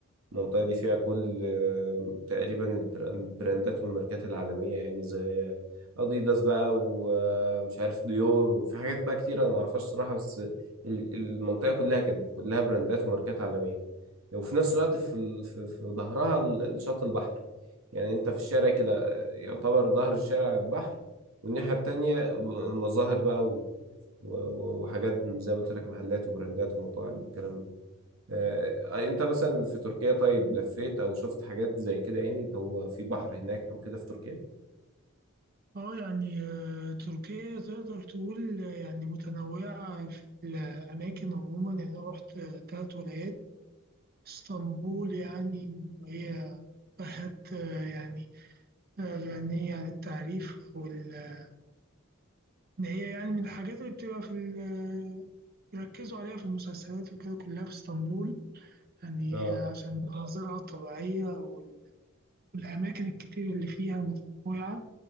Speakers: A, on the right (about 80°); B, on the right (about 45°).
A: المنطقة دي فيها كل آه، تقريبا البر- البراندات والماركات العالمية يعني زي أديداس بقى ومش عارف ديور وفي حاجات بقى كتير أنا معرفهاش صراحة بس ال- المنطقة كلها كده كلها براندات وماركات عالمية وفي نفس الوقت في ال- في في ظهرها ال- شط البحر يعني أنت في الشارع كده آه، يعتبر ظهر الشارع البحر والناحية التانية ب- مظاهر بقى و... و- و- وحاجات زي ما قلت لك محلات وبراندات ومطاعم والكلام ده آه، انت مثلا في تركيا طيب لفيت او شفت حاجات زي كده يعني اللي هو في بحر هناك او كده في تركيا
B: اه يعني آه، تركيا تقدر تقول آه، يعني متنوعة في الأماكن عموما يعني أنا رحت آه، تلات ولايات اسطنبول يعني وهي بلد آه، يعني آه، غنية عن التعريف أو ال- إن هي يعني من الحاجات اللي بتبقى في ال- بيركزوا عليها في المسلسلات وكده كلها في اسطنبول يعني
A: اه
B: هي عشان مناظرها الطبيعية وال- والأماكن الكتير اللي فيها متنوعة